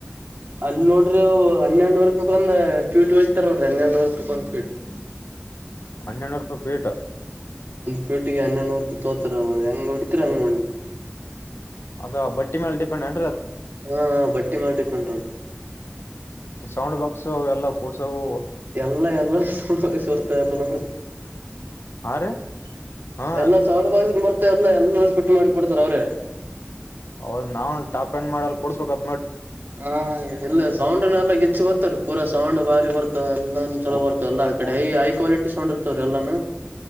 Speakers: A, on the right; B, on the left.
A: ಅಲ್ಲಿ ನೋಡ್ರಿ ಹನ್ನೆರಡುನೂರ ರೂಪಾಯಿ ಒಂದ ಫೀಟ್ ಹೇಳ್ತಾರ ನೋಡ್ರಿ ಹನ್ನೆರಡ್ನೂರ ರೂಪಾಯಿ ಒಂದ್ ಫೀಟ್
B: ಹನ್ನೆನೂರೂಪಾಯಿ ಫಿಟ್
A: ಪೀಟಿಗೆ ಹನ್ನೊನೂರು ರೂಪಾಯಿ ತೋತಾರ ಅವ ಹೆಂಗ ಹಡತಿರಿ ಹಂಗ್ ನೋನ
B: ಅದ ಬಟ್ಟಿ ಮೇಲೆ ಡಿಪೆಂಡ್ ಅ <unintelligible>
A: ಹಾ ಬಟ್ಟಿ ಮಾಡಲಿ ಕೊಂಡ್ರರು
B: ಸೌಂಡ್ ಬಾಕ್ಸ್ ಅವೆಲ್ಲ ಕೂಡ್ಸವು
A: ಎಲ್ಲ ಎಲ್ಲಸೋರ್ <unintelligible> ಎ
B: ಹಾ ರೀ ಹಾ
A: ಎಲ್ಲ ಸ <unintelligible> ಮತ್ತೆ ಅಲ್ಲ ಎಲ್ಲ ಕಟ್ಟು ಮಾಡಿ ಕೊಡ್ತಾರ ಅವ್ರೆ
B: ಹೌದ ನ್ನ್ ಟಾಪ್ ಎಣ್ ಮಾಡಲ್ ಕೊಡ್ಸ್ಬೇಕ
A: ಹ ಎಲ್ಲ ಸೌಂಡ್ನ ಎಲ್ಲ ಗಿಚ್ಚ ಬರ್ತಾರ ಪೂರಾ ಸೌಂಡ್ ಬಾರಿ ಬರ್ತಾರ ಎಲ್ಲಾು ಚಲೋ
B: ಊರ್-
A: ಬರ್ತವ ಎಲ್ಲ ಆ ಕಡೆ
B: ಊರ್-
A: ೈ ಹೈ ಕ್ವಾಲಿಟಿ ಸೌಂಡ್ ಇರ್ತವ ಎಲ್ಲಾನು